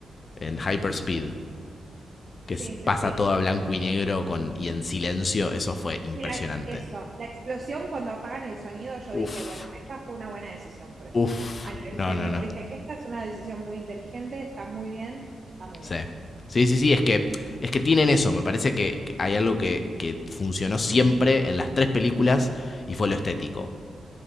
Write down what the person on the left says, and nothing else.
en hyperspeed,
que es-
pasa
todo a blanco y negro con, y en silencio, eso fue impresionante.
Uf,
Uf,
no,
no, no.
Sí.
Sí, sí, sí, es que, es que tienen eso. Me parece que que hay algo que, que funcionó siempre en las tres películas y fue lo estético.